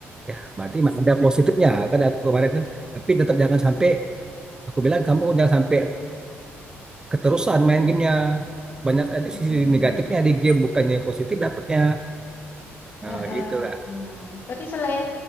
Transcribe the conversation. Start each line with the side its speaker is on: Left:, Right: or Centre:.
Right: ya berarti masih ada positifnya kan aku kemarin kan tapi tetap jangan sampai aku bilang kamu jangan sampai keterusan main gamenya banyak nanti
Left: Mm-mm.
Right: sisi negatifnya di game bukannya yang positif dapatnya nah,
Left: Heeh.
Right: itu kak
Left: Nah, Tapi selain